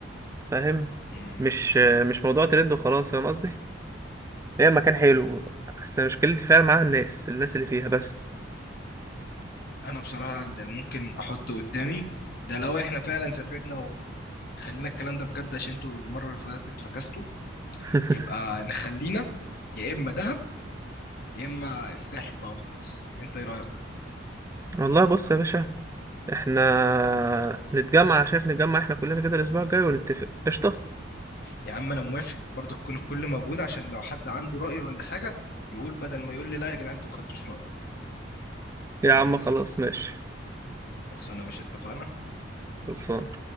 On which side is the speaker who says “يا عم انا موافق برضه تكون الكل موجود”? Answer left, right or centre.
Left